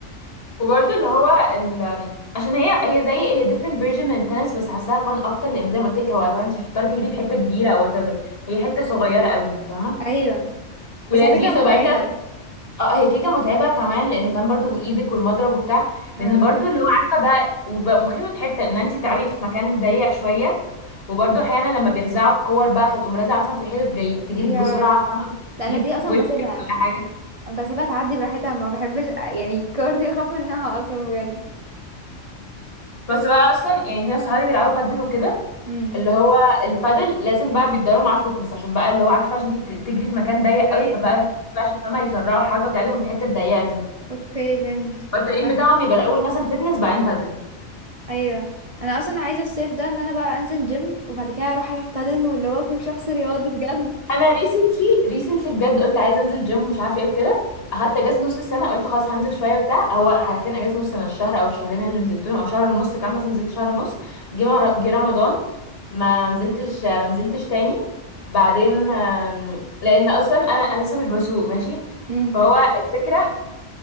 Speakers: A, on the left; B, on the right.
A: وبرضه اللي هو ال... عشان هي هي زي هي different version من التنس بس حاساها فن اكتر لان زي ما قلت لك هو كمان انت مش بتضطري تجري في حته كبيره او whatever هي حته صغيره قوي فاهمه
B: ايوه
A: ولذيذه
B: بس على فكرة متعبة
A: وبعدين بقى اه هي كيكه متعبه كمان لان كان برضو ايدك والمضرب وبتاع
B: اه
A: لان برضو اللي هو عارفه بقى وبقى مخيفه في حته ان انت تلعبي في مكان ضيق شويه وبرضو احيانا لما بيرزعوا الكور بقى فتقوم رازعه مثلا في الحيطه جاي تجيلك
B: يا
A: بسرعه
B: رب
A: فاهمه
B: لا
A: تيجي
B: انا دي
A: في
B: اصلا
A: وشك
B: بسيبها
A: ولا حاجه
B: بسيبها تعدي براحتها ما بحبش يعني الكار دي بخاف منها اصلا بجد
A: بس بقى اصلا يعني في ناس صحابي بيلعبوا بادل وكده
B: امم
A: اللي هو البادل لازم بقى بيتدربوا مع الفتنس عشان بقى اللي هو عارفه عشان انت بتجري في مكان ضيق قوي
B: ايوه
A: فبقى بقى عشان فاهمه يسرعوا الحركه بتاعتهم في الحته الضيقه دي
B: اوكي فهمت
A: فالتمرين
B: عمد...
A: بتاعهم يبقى الاول مثلا فتنس بعدين بادل
B: ايوه انا اصلا عايزه الصيف ده ان انا بقى انزل جيم وبعد كده اروح العب بادل واللي هو اكون شخص رياضي بجد
A: انا ريسنتلي ريسنتلي بجد قلت عايزه انزل جيم مش عارفه ايه وكده اخدت اجازه نص السنه قلت خلاص هنزل شويه بتاع هو حرفيا اجازه نص سنه الشهر او الشهرين اللي نزلتهم او شهر ونص كان مثلا نزلت شهر ونص جه مر- جه رمضان ما نزلتش ما نزلتش تاني بعدين آم، لان اصلا انا انا لسه مش بسوق ماشي
B: امم
A: فهو الفكره